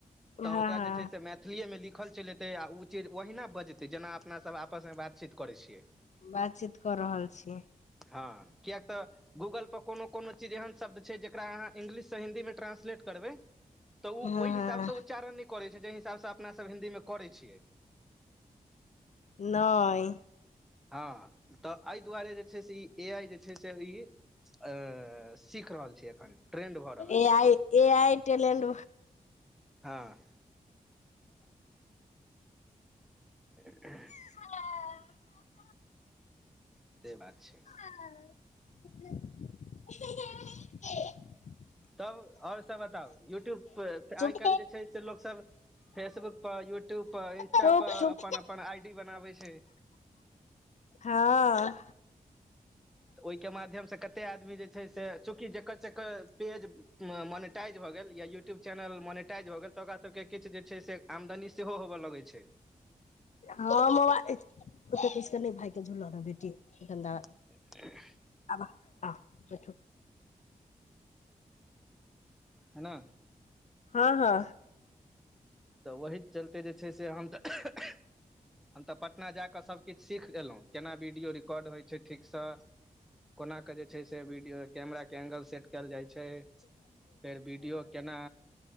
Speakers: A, in the centre; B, on the left.
A: तऽ
B: हँ
A: ओकरा
B: हँ
A: जे छै से मैथ मैथिलीएमे लिखल चलि एतै आ उ चीज ओहिना बजतै जेना अपनासभ आपसमे बातचीत करै छियै।
B: बातचीत कऽ रहल छी
A: हँ किएक तऽ गूगल प कोनो कोनो चीज एहन शब्द छै जेकरा अहाँ इंग्लिशसँ हिंन्दीमे ट्रांसलेट करबै। तऽ ओ
B: हँ
A: ओहि हिसाबसँ
B: हँ
A: उच्चारण नहि करैत छै जाहि हिसाबसँ अपनासभ हिंन्दी मे करै छियै।
B: नय
A: हँ तऽ एहि दुआरे जे छै से ई ए आइ जे छै से ई अ ऐ सीख रहल छै एखन ट्रेंड भऽ रहल
B: ए
A: छै।
B: आइ ए इ टेलेनड
A: हँ <unintelligible>
B: हँ <unintelligible>
A: से बात छै
B: <unintelligible>
A: तब आओर सब बताउ यूट्यूब पर
B: चुप
A: आइ काल्हि जे छै। लोग सब फेसबुक पर यूट्यूब पर इंस्टा
B: चुप
A: पर
B: चुप
A: अपन अपन आई डी बनावे छै।
B: हँ।
A: ओहिके माध्यम से कते आदमी जे छै से चूँकि जेकर जेकर पेज। मअ मोनेटाइज भऽ गेल या यूट्यूब चैनल मोनिटाइज भऽ गेल तऽ ओकरा सब के किछ जे छै से आमदनी सेहो होबऽ लगै छै
B: ह माबा ओतऽ किछ के नहि भाय के झूलल रह बेटीा <inaudible>
A: <unintelligible>
B: हँ है।
A: है न
B: हँ हँ।
A: तऽ ओहिी चलते जे छै से हम तऽ। हम तऽ पटना जाक सब किछ सीख एलो केना वीडियो रिकॉर्ड होय छै ठीकसँ कोनाकऽ जे छै से वीडियो कैमराके एगल सेट कयल जाइ छै फेर वीडियो केना